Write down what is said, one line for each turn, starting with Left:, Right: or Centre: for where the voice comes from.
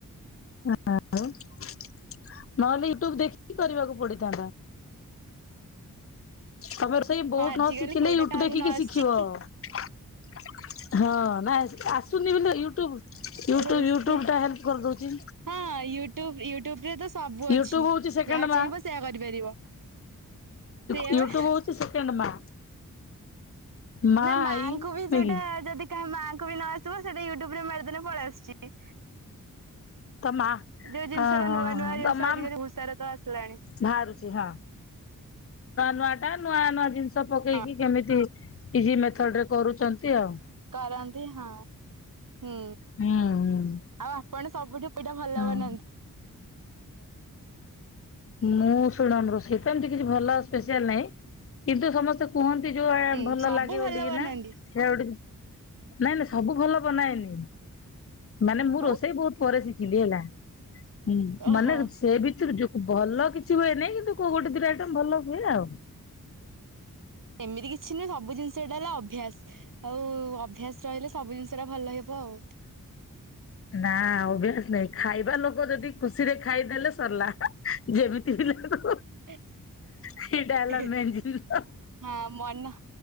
Left: ଉ ଆ ଉ ନହେଲେ ୟୁଟ୍ୟୁବ ଦେଖିକି କରିବାକୁ ପଡିଥାନ୍ତା ତମେ ରୋ ସେଇ ବୋଠ
Right: ହଁ ଆଜିକାଲି
Left: ନ ଶିଖିଲେ
Right: କୋଉଟା
Left: ୟୁଟ୍ୟୁବ
Right: କାହାକୁ
Left: ଦେଖିକି
Right: ନ ଆସିଛି
Left: ଶିଖିବ
Right: କି
Left: <inaudible> ହଁ ନା ଆସ ଆସୁନି ବୋଲି ତୁ ୟୁଟ୍ୟୁବ
Right: ଏ ରୋଷେଇ
Left: ୟୁଟୁବ ଟା ହେଲ୍ପ କରିଦଉଛି
Right: ହଁ ୟୁଟ୍ୟୁବ ୟୁଟ୍ୟୁବ ରେ ତ ସବୁ ଅଛି
Left: ୟୁଟ୍ୟୁବ ହଉଛି ସେକେଣ୍ଡ
Right: ଯାହା
Left: ମା
Right: ଚାହିଁବ ସେୟଆ କରିପାରିବ ସେ
Left: ୟୁଟ୍ୟୁବ
Right: ବା
Left: ହଉଛି ସେକେଣ୍ଡ ମା ମା
Right: ନା ମାଙ୍କୁ
Left: ଆଇ
Right: ବି
Left: ନୁହେଁ
Right: ଯୋଉଟା
Left: କି
Right: ଯଦି କାହା ମାଆଙ୍କୁ ବି ନ ଆସିବ ସେଟା ୟୁଟ୍ୟୁବ ରେ ମାରଦିନେ ପଳେଇ ଆସୁଛି
Left: ମା
Right: ଯୋଉ ଜିନିଷ
Left: ହଁ
Right: ଟା
Left: ହଁ
Right: ନୂଆ
Left: ହ
Right: ନୂଆ ଜିନିଷ
Left: ତମ
Right: ଆଜିକାଲି ଭୂଷାର ତ ଆସିଲାଣି
Left: ଭାରୁଛି ହଁ ନଟ ନୂଆ ନୂଆ ଜିନିଷ ଷ ପକେଇକି
Right: ହଁ
Left: କେମିତି ହେଇଛି ଇଜି ମେଥଡ ରେ କରୁଛନ୍ତି ଆଉ
Right: କରନ୍ତି ହଁ ହୁଁ
Left: ହୁଁ ହୁଁ
Right: ଆଉ ଆପଣ ସବୁଠୁ ସେଇଟା ଭଲ
Left: ହଁ
Right: ବନାନ୍ତି ବ <unintelligible>
Left: ମୁଁ ଶୁଣନ୍ତୁ ରୋଷେଇ ତ ଏମିତି କିଛି ଭଲ ସ୍ପେଶଆଲ ନାହିଁ କିନ୍ତୁ ସମସ୍ତେ କୁହନ୍ତି ଯୋଉ
Right: ହୁଁ
Left: ଭଲ
Right: ସବୁ
Left: ଲାଗେ
Right: ଭଲ
Left: ବୋଲିକି
Right: ବନାନ୍ତି
Left: ନା ସେୟା ଗୋ ନାଇଁ ନାଇଁ ସବୁ ଭଲ। ବନାଏନି ମାନେ ମୁଁ
Right: ଆଉ
Left: ରୋଷେଇ ବି ବହୁତ ପରେରେ ଶିଖି <unintelligible> ହେଲା ହୁଁ
Right: ଓହୋ
Left: ମନେ ସେବିତ ତ୍ର ଜୁ <unintelligible> ଭଲ କିଛି ହୁଏନହିଁ କିନ୍ତୁ କୋଉ ଗୋଟେ ଦୁଇଟା ଆଇଟମ ଭଲ ହୁଏ ନା ଆଉ।
Right: ଏମିତି କିଛି ନୁହେଁ ସବୁ ଜିନିଷ ଏଟା ହେଲା ଅଭ୍ୟାସ ଆଉ ଅଭ୍ୟାସ ରହିଲେ ସବୁ ଜିନିଷ ଟା ଭଲ ହେବ ଆଉ।
Left: ନା ଅଭ୍ୟାସ ନାଇଁ ଖାଇବା ଲୋକ ଯଦି ଖୁସିରେ ଖାଇଦେଲେ ସରିଲା ହା ଯେମିତି। ଲାଗୁ
Right: ହୁ
Left: ସେଇଟା ହେଲା ମେନ୍ ଜିନିଷ।
Right: ହଁ ମନ